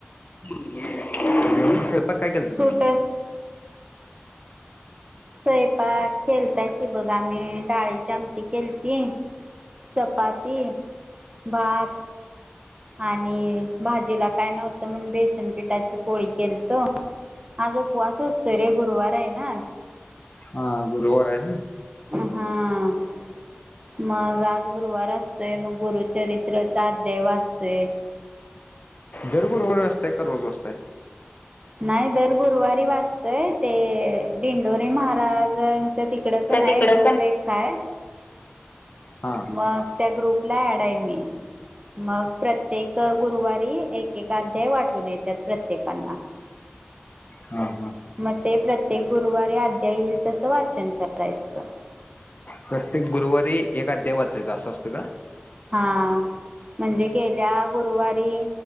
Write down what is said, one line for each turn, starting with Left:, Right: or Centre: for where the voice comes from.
Left: स्वयंपाक काय केलता तुम्ही?
Right: कुठ स्वयंपाक केलता कि बघा आम्ही डाळीच्या आमटी केलती. चपाती, भात आणि भाजीला काय नव्हतं म्हणून बेसन पिठाची पोळी केलतो. आज उपवास असतोय रे गुरुवार आहे ना आज.
Left: हा गुरुवार आहे ना.
Right: हा. मग आज गुरुवार असतय मग गुरुचरित्रचा अध्याय वाचतोय.
Left: दर गुरुवारी वाचताय काय रोज वासताय?
Right: नाही दर गुरुवारी वाचतय ते दिडोरी महाराज तर तिकडं क
Left: तर
Right: नाही
Left: तिकडं
Right: ग्रुप
Left: पण
Right: एक हाय.
Left: हा.
Right: मग त्या ग्रुपला ऍड आहे मी. मग प्रत्येक गुरुवारी एक-एक अध्याय वाटून येत्यात प्रत्येकांना.
Left: हा हा.
Right: म ते प्रत्येक गुरुवारी अध्याय येईल तसं वाचन करायचं.
Left: प्रत्येक गुरुवारी एक अध्याय वाचायचा असं असत का?
Right: हा, म्हणजे गेल्या गुरुवारी